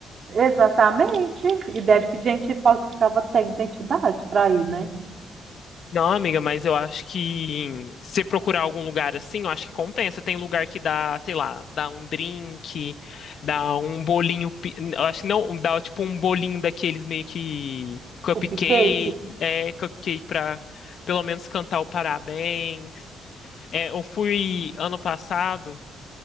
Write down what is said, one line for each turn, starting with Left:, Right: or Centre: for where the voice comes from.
Right: Exatamente. E deve que gente falsificava até identidade para ir, né?
Left: Não, amiga, mas eu acho que se procurar algum lugar assim, eu acho que compensa. Tem lugar que dá, sei lá, dá um drink, dá um bolinho. pi- Eu acho que não, um, dá tipo um bolinho daqueles meio que cupcake,
Right: Cupcake?
Left: é, cupcake pra pelo menos cantar o parabéns. É, eu fui ano passado,